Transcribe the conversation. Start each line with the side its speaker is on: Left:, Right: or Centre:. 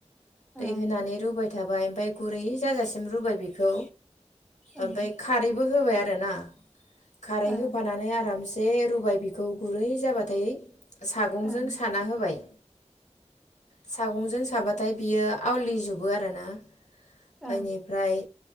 Centre: ओं
Left: दै होनानै रुबाय थाबाय ओमफाय गुरै जाजासिम रुबाय बेखौ
Centre: ओं
Left: ओमफाय खारै बो होबाय आरो ना खारै
Centre: ओं
Left: होफानानै आरामसे जे रुबाय बेखौ गुरै जाबाथाय सागंजों
Centre: ओं
Left: साना होबाय सागंजों साबा थाय बियो आवलिजोबो आरो ना
Centre: अ
Left: बाइनिफ्राय